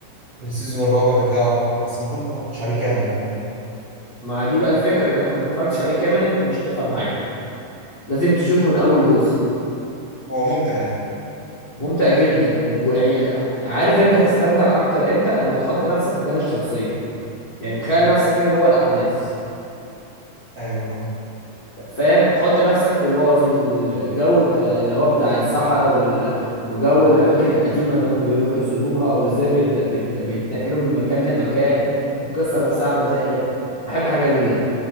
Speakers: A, on the right; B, on the left.
A: السيزون الرابع بتاعه بس ما كنت ما اتفرجتش عليه كامل يعني
B: ما دي بقى الفكره ان انت ما اتفرجتش عليه كامل انت مش تفهم حاجه لازم تشوفه من اول جزء
A: هو ممتع يعني
B: ممتع جدا ويعني عارف انت هتستمتع اكتر امتى لما تحط نفسك مكان الشخصيه يعني تخيل نفسك كده جوه الاحداث
A: ايوه اه
B: فاهم حط نفسك في الو... في الجو بتاع اللي هو بتاع الصحراء وال... وجو الاماكن القديمه اللي هم بيروحوا يزوروها وازاي بيت... بيت... بيتنقلوا من مكان لمكان القصه نفسها عامله ازاي يعني بحب الحاجات دي جدا